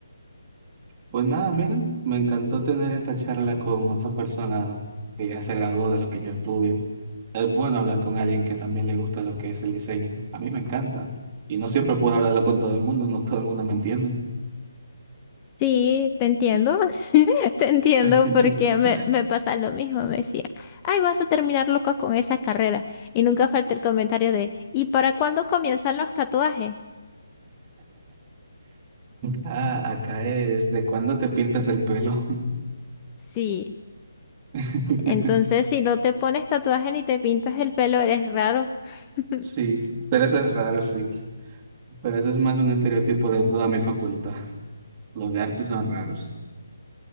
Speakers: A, on the right; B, on the left.
A: Pues nada, mira, me encantó tener esta charla con otra persona que ya se graduó de lo que yo estudio. Es bueno hablar con alguien que también le gusta lo que es el diseño. A mí me encanta. Y no siempre puedo hablarlo con todo el mundo, no todo el mundo me entiende.
B: Sí, te entiendo, <laughs> te entiendo
A: <laughs>
B: porque me, me pasa lo mismo, me decían, ay, vas a terminar loco con esa carrera. Y nunca falta el comentario de, ¿y para cuándo comienzan los tatuajes?
A: Ah, acá es, ¿de cuándo te pintas el pelo?
B: Sí,
A: <laughs>
B: Entonces, si no te pones tatuaje ni te pintas el pelo, eres raro. <laughs>
A: Sí, pero eso es raro, sí. Pero eso es más un estereotipo de toda mi facultad. Los de arte son raros.